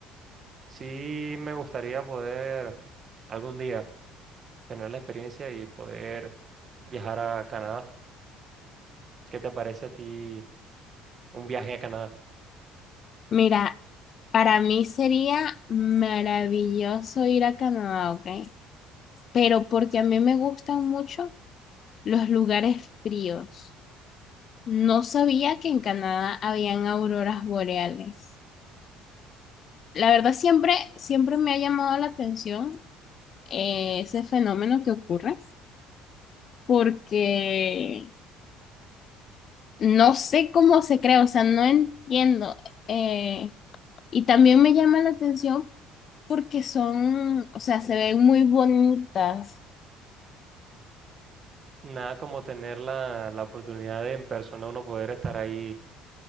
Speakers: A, on the right (about 40°); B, on the left (about 50°).
A: Sí me gustaría poder algún día tener la experiencia y poder viajar a Canadá. ¿Qué te parece a ti un viaje a Canadá?
B: Mira, para mí sería maravilloso ir a Canadá, ¿ok? Pero porque a mí me gustan mucho los lugares fríos. No sabía que en Canadá habían auroras boreales. La verdad, siempre, siempre me ha llamado la atención eh, ese fenómeno que ocurre porque no sé cómo se crea, o sea, no entiendo. eh, y también me llama la atención porque son, o sea, se ven muy bonitas.
A: Nada como tener la, la oportunidad de en persona uno poder estar ahí